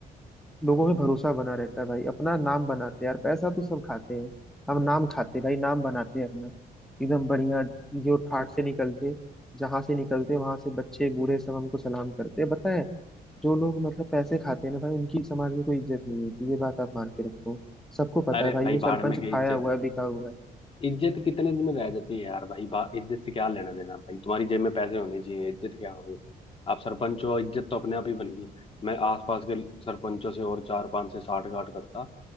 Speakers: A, in the centre; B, on the left.
A: लोगों में भरोसा बना रहता है भाई अपना नाम बनाते हैं यार पैसा तो सब खाते हैं हम नाम खाते हैं भाई नाम बनाते हैं अपना एकदम बढ़िया जो ठाट से निकलते जहां से निकलते वहां से बच्चे बूढ़े सब हमको सलाम करते हैं पता है जो लोग मतलब पैसे खाते हैं ना भाई उनकी समाज में कोई इज्जत नहीं होती ये बात आप मान के रखो सबको पता
B: अरे
A: है भाई
B: भाई
A: वो
B: भाड़
A: सरपंच
B: में गई
A: खाया
B: इज्जत
A: हुआ है बिका हुआ है
B: इज्जत कितने दिन रह जाती है यार भाई बा इज्जत से क्या लेना देना भाई तुम्हारी जेब में पैसे होने चाहिए इज्जत क्या होगी आप सरपंच हो इज्जत तो अपने आप ही बन गई मैं आसपास के सरपंचों से और चार पांच से साठ गांठ करता